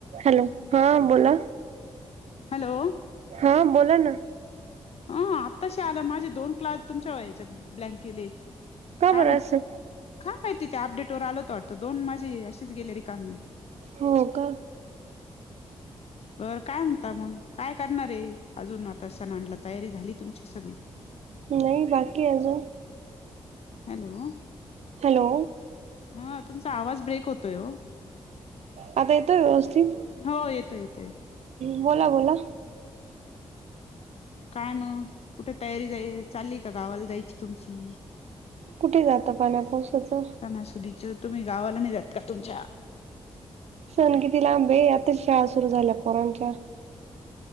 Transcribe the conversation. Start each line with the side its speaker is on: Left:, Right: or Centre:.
Right: Hello हा बोला.
Left: Hello.
Right: हा बोला ना.
Left: अ आताश आलं माझे दोन. ला तुमच्या व याच्या ब्लँकेले काय
Right: का
Left: काय
Right: बरं
Left: म्हणतात.
Right: असं
Left: का काय तिथे अपडेट वर आल होत वाटं दोन माझी अशीच गेले र कामे गेले.
Right: हो का.
Left: बरं काय होणता मग काय करणारे अजून आता सण आणला तयारी झाली तुमची सगळी.
Right: नाही बाकी आज.
Left: हॅलो.
Right: हॅलो.
Left: मग तुमचा आवाज ब्रेक होतोय हो
Right: आता येतोय व्यवस्थित
Left: हो येतोय येतोय
Right: बोला बोला.
Left: काय म. कुठं तयारी जाय चालली का गावाला जायची तुमची‌.
Right: कुठे जातं पाण्या पावसाचं.
Left: सणासुदीचे. तुम्ही गावाला नाही जात का तुमच्या
Right: सण किती लांबा आहे आताच शाळा सुरू झाल्या पोरांच्य